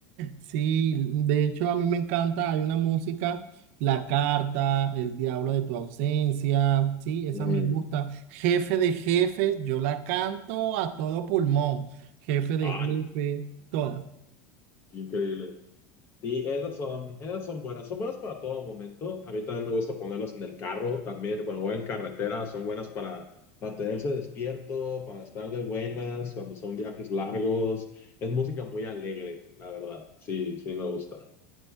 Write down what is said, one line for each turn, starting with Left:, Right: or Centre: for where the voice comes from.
Right: Sí, de hecho a mí me encanta, hay una música, La Carta, El Diablo de tu ausencia, sí, esa
Left: Mm,
Right: me gusta. Jefe de jefes, yo la canto a todo pulmón, jefe de
Left: Ay,
Right: Jefes todas.
Left: qué increíble. Sí, esas son, esas son buenas. Son buenas para todo momento. A mí también me gusta ponerlas en el carro, también cuando voy en carretera, son buenas para mantenerse despierto, para estar de buenas, cuando son viajes largos. Es música muy alegre, la verdad. Sí, sí, me gusta.